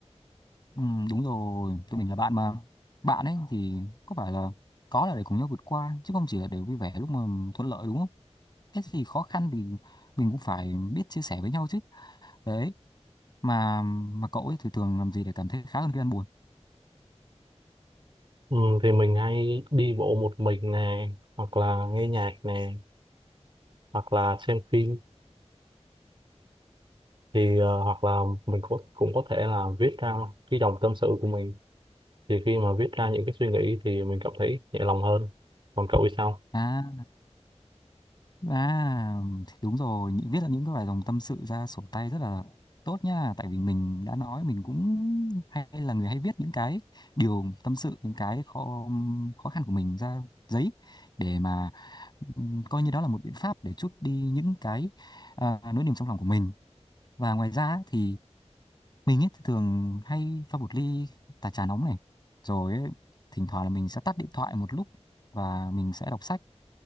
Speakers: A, on the left; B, on the right.
A: ừ, đúng rồi tụi mình là bạn mà bạn ấy thì có phải là có là để cùng nhau vượt qua chứ không chỉ là để vui vẻ lúc mà thuận lợi đúng không cái gì khó khăn thì mình cũng phải biết chia sẻ với nhau chứ đấy mà mà cậu ấy thì thường làm gì để cảm thấy khá hơn khi ăn buồn
B: ừ, thì mình hay đi bộ một mình nè hoặc là nghe nhạc nè hoặc là xem phim thì ờ, hoặc là mình cũng cũng có thể là viết ra cái dòng tâm sự của mình thì khi mà viết ra những cái suy nghĩ thì mình cảm thấy nhẹ lòng hơn còn cậu thì sao
A: à À, thì đúng rồi, những viết ra những cái bài dòng tâm sự ra sổ tay rất là tốt nha, tại vì mình đã nói mình cũng hay là người hay viết những cái điều tâm sự, những cái khó khó khăn của mình ra giấy để mà ừm, coi như đó là một biện pháp để trút đi những cái ờ, nỗi niềm trong lòng của mình. Và ngoài ra thì mình ấy thì thường hay pha một ly tà trà nóng này rồi ấy, thỉnh thoảng là mình sẽ tắt điện thoại một lúc và mình sẽ đọc sách